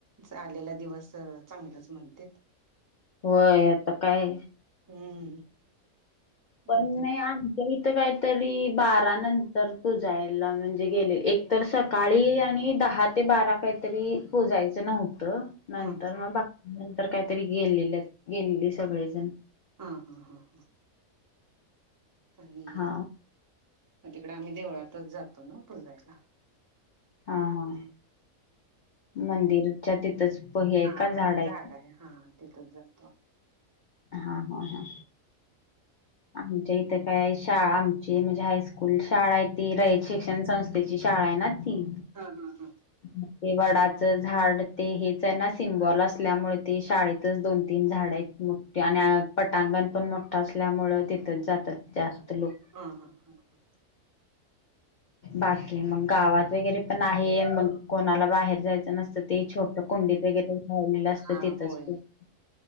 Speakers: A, on the right; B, on the left.
A: च आलेला दिवस चांगलाच म्हणतेत.
B: होय, आता काय?
A: हम्म.
B: पण
A: म्हणतात
B: नाही आण पणं इथ काहीतरी बारा नंतर, पुजायला म्हणजे गेले एक तर सक सकाळी आणि दहा ते बारा काहीतरी पुजायच नव्हतं.
A: हा
B: नंतर मग बाकी नंतर, काहीतरी गेलेले गेलेली सगळेजण
A: हा हा हां हां. आणि
B: हा.
A: मग तिकडे आम्ही देवळातच जातो ना, पुजायला.
B: हा हा. मंदिरच्या तिथंच पही हाय
A: हा
B: का झाड हाय.
A: आहे हा. तिथच जातो आम्ही.
B: हा हा हा. आमच्या इथं काय शाळा आमची म्हणजे हायस्कूल, शाळा हाय ती रयत शिक्षण संस्था त्याची शाळा हाय ना ती.
A: हा हा हा.
B: ते वडाचं झाड ते हेच हाय ना, सिम्बॉल असल्यामुळे ते शाळेतच दोन तीन झाड हायत. मोठठी आणि पटांगण पण मोठं असल्यामुळ, तिथच जातात जास्त लोक.
A: हा हा हा.
B: बाकी मग गावात वगैरे पण आहे, मग कोणाला बाहेर जायचं नसेल ते छोट कुंडीत वगैरे लावलेलं असतं.
A: हा
B: तिथच
A: होय
B: पूजा